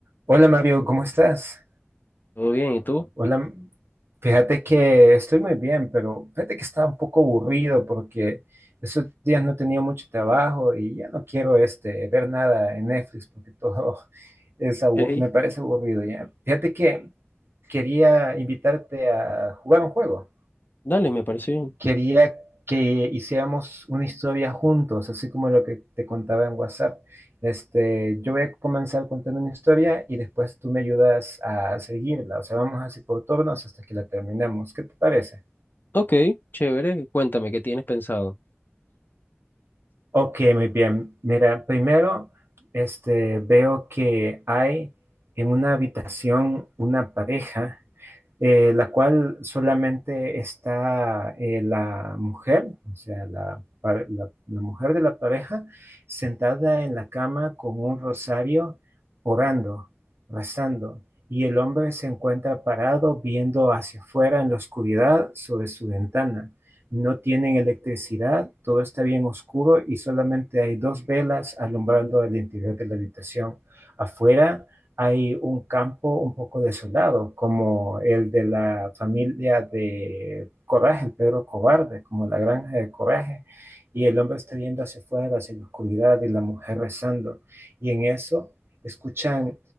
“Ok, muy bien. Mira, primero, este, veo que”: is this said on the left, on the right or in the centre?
Right